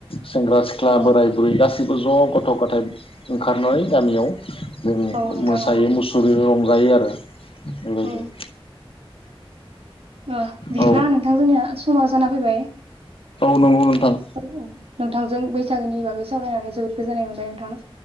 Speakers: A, on the left; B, on the right.
A: सेंग्रा सिख्ला
B: औ
A: बोराय बुरै गासैबो ज' गथ' गथाय ओंखारनाय गामियाव जों
B: औ नोंथां
A: मोसायो
B: नंगौ
A: मुसुरो रं जायो आरो। बेबायदि
B: औ
A: <inaudible>
B: ओ बिदिब्ला
A: औ
B: नोंथां जोंनिया समाव जाना फैबाय।
A: औ नंगौ नोंथां।
B: औ औ नोंथांजों बैसागोनि बागै सावरायनानै जोबोद गोजोननाय मोनबाय नोंथां।